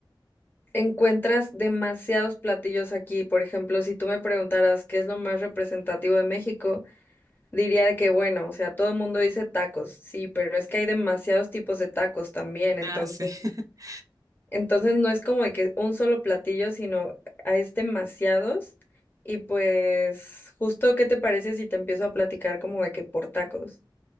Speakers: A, on the left (about 25°); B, on the right (about 40°).
A: encuentras demasiados platillos aquí. Por ejemplo, si tú me preguntaras qué es lo más representativo de México, diría de que bueno, o sea, todo el mundo dice tacos, sí, pero es que hay demasiados tipos de tacos también, entonces.
B: Ah, sí. <laughs>
A: Entonces no es como de que un solo platillo, sino ah, es demasiados. Y pues, justo, ¿qué te parece si te empiezo a platicar como de que por tacos?